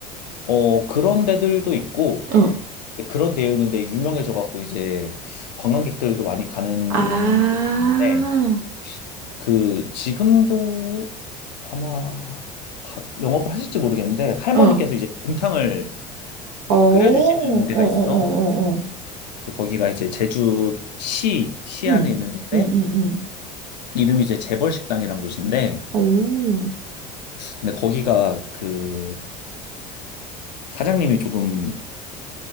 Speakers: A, on the left; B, on the right.
A: 어, 그런 데들도 있고,
B: 응,
A: 그런 데였는데 유명해져갖고 이제 관광객들도 많이 가는
B: 아,
A: 데도 있는데, 그, 지금도 아마 가- 영업을 하실지 모르겠는데, 할머니께서
B: 응.
A: 이제 곰탕을
B: 어, 어,
A: 끓여주시는 데가
B: 어, 어,
A: 있어.
B: 어, 어.
A: 그, 거기가 이제 제주시, 시
B: 응,
A: 안에 있는 데인데,
B: 응, 응, 응.
A: 이름이 이제 재벌식당이란 곳인데,
B: 오,
A: 근데 거기가 그 사장님이 조금